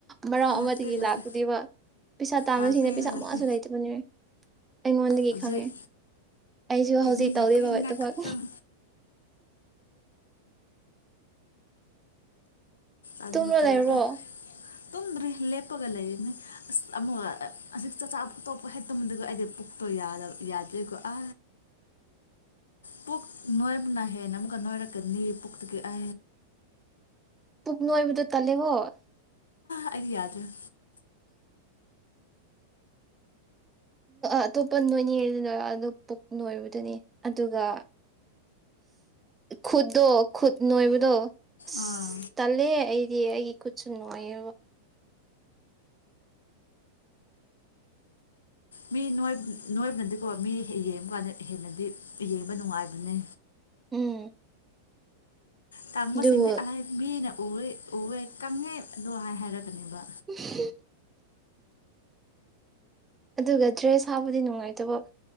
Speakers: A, on the right; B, on the left.
A: ꯃꯔꯥꯎ
B: ꯂꯥꯛꯇꯦ
A: ꯑꯃꯗꯒꯤ
B: ꯂꯥꯛꯇꯦ
A: ꯂꯥꯛꯀꯗꯕ ꯄꯩꯁꯥ ꯇꯥꯥꯟꯕꯁꯤꯡꯅ
B: ꯂꯥꯛꯇꯦ
A: ꯄꯩꯁꯥ
B: ꯂꯥꯛꯇꯦ
A: ꯃꯛꯁꯨ ꯂꯩꯇꯕꯅꯦ ꯑꯩꯉꯣꯟꯗꯒꯤ
B: ꯍꯧꯖꯤꯛ
A: ꯈꯪꯉꯦ ꯑꯩꯁꯨ ꯍꯧꯖꯤꯛ
B: ꯃꯤꯒꯤ
A: ꯇꯧꯔꯤꯕ
B: ꯄꯤꯅꯤꯡꯉꯥꯏ
A: ꯑꯗꯨꯕꯛ
B: ꯈꯛꯇꯪ ꯑꯥꯗꯕꯨꯣ
A: ꯇꯨꯝꯔ
B: ꯇꯂꯥꯛꯑꯦ
A: ꯂꯩꯔꯣ
B: ꯇꯨꯝꯗ꯭ꯔꯤ ꯂꯦꯞꯄꯒ ꯂꯩꯔꯤꯅꯦ ꯑꯁ ꯑꯃꯨꯛ ꯍꯧꯖꯤꯛ ꯆꯥꯛꯆꯥꯇꯣꯞꯄ ꯍꯦꯛꯇꯃꯗꯤꯀꯣ ꯑꯩꯗꯤ ꯄꯨꯛꯇꯣ ꯌꯥꯗꯦꯀꯣ ꯑ ꯄꯨꯨ ꯅꯣꯏꯕꯅꯅꯥ ꯍꯦꯅ ꯑꯃ ꯅꯣꯏꯔ ꯀ ꯅ ꯄ ꯄꯨ ꯇꯒꯦ ꯑ
A: ꯄꯨꯛꯅꯤꯡꯅꯨꯡ ꯑꯣꯏꯕꯗ ꯇꯜꯂꯦꯕꯣ
B: ꯑ ꯌꯥꯗ꯭ꯔꯦ
A: ꯑꯇꯣꯞꯄ ꯅꯣꯏꯅꯤꯡꯉꯩꯗꯨꯗ ꯑꯗꯨ ꯄꯨꯛ ꯅꯣꯏꯕꯗꯨꯅꯤ ꯑꯗꯨꯒ ꯈꯨꯠꯇꯣ ꯈꯨꯠ ꯅꯣꯏꯕꯗꯣ ꯑꯁ
B: ꯑꯥ
A: ꯇꯜꯂꯦ ꯑꯩꯗꯤ ꯑꯩꯒꯤ ꯈꯨꯠꯁꯨ ꯅꯣꯏꯌꯦꯕ
B: ꯃꯤ ꯅꯣꯏꯕꯅꯗꯤꯀꯣ ꯃꯤ ꯌꯦꯡꯕ ꯀꯥꯟꯗ ꯍꯦꯟꯅꯗꯤ ꯌꯦꯡꯕ ꯅꯨꯡꯉꯥꯏꯕꯅꯦ
A: ꯎꯝ
B: ꯇꯥꯡꯕꯁꯤꯡꯗꯤ
A: ꯑꯗꯨꯕꯨ
B: ꯑꯂꯥꯏ ꯃꯤꯅ ꯎꯦ ꯎꯋꯦ ꯀꯪꯉꯦꯗꯣ ꯍꯥꯏ ꯍꯥꯏꯔꯛꯀꯅꯦꯕ
A: ꯎ <unintelligible> ꯑꯗꯨꯒ ꯗ꯭ꯔꯦꯁ ꯍꯥꯞꯕꯨꯗꯤ ꯅꯨꯡꯉꯥꯏꯇꯕ